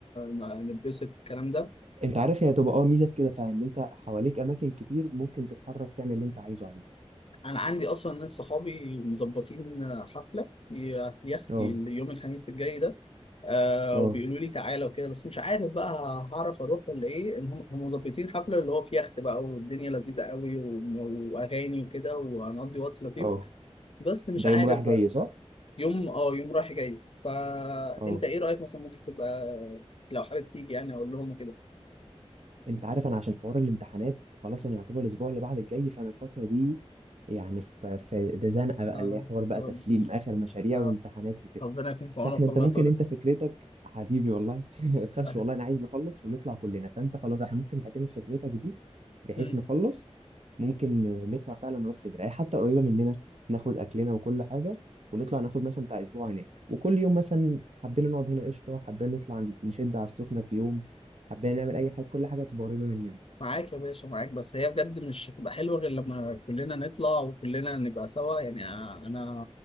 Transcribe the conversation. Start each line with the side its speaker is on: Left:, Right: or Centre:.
Left: ن- نتبسط الكلام ده
Right: انت عارف هي هتبقى اه ميزة في كده فان انت حواليك أماكن كتير ممكن تتحرك تعمل اللي انت عايزه عادي
Left: انا عندي اصلا ناس صحابي مظبطين حفله في يختي
Right: اه
Left: يوم الخميس الجاي ده آه
Right: اه
Left: وبيقولوا لي تعالى وكده بس مش عارف بقى هعرف اروح ولا ايه ان هم هم مظبطين حفله اللي هو في يخت بقى والدنيا لذيذه قوي و- واغاني وكده وهنقضي وقت لطيف
Right: اه
Left: بس مش
Right: ده
Left: عارف
Right: يوم رايح جاي
Left: بقى
Right: صح؟
Left: يوم اه يوم رايح جاي فانت
Right: اه
Left: ايه رايك مثلا ممكن تبقى لو حابب تيجي يعني اقول لهم كده
Right: انت عارف انا عشان حوار الامتحانات خلاص انا يعتبر الاسبوع اللي بعد الجاي فانا الفتره دي يعني في في ده زنقه بقى
Left: آه
Right: اللي هي حوار بقى
Left: يا رب
Right: تسليم اخر مشاريع
Left: آه
Right: وامتحانات وكده
Left: ربنا يكون في عونك
Right: فاحنا انت
Left: والله
Right: ممكن
Left: يا طارق
Right: انت فكرتك حبيبي والله <laughs> ما تخافش
Left: <laughs> آه.
Right: والله انا عايز نخلص ونطلع كلنا فانت خلاص احنا ممكن نعتمد فكرتك دي بحيث
Left: مم.
Right: نخلص ممكن نطلع فعلا راس صدر اي حتى قريبه مننا ناخد اكلنا وكل حاجه ونطلع ناخد مثلا بتاع اسبوع هناك وكل يوم مثلا حبينا نقعد هنا قشطه حبينا نطلع نشد على السخنه في يوم حبينا نعمل اي حاجه كل حاجه تبقى قريبه مننا
Left: معاك يا باشا معاك بس هي بجد مش هتبقى حلوه غير لما كلنا نطلع وكلنا نبقى سوا يعني آه، انا